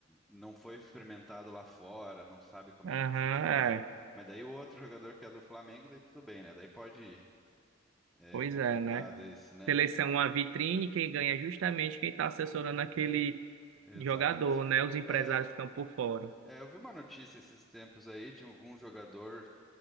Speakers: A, in the centre; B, on the right (about 75°).
A: não foi experimentado lá fora, não sabe como
B: Aham,
A: é que é o futebol.
B: é.
A: Ah, mas daí o outro jogador que é do Flamengo, daí tudo bem, né? Daí pode ir. É
B: Pois
A: complicado
B: é, né?
A: isso, né?
B: Seleção é uma vitrine, quem ganha é justamente quem está assessorando aquele
A: Exato.
B: jogador, né? Os empresários
A: É, eu,
B: ficam por fora.
A: é, eu vi uma notícia esses tempos aí de algum jogador,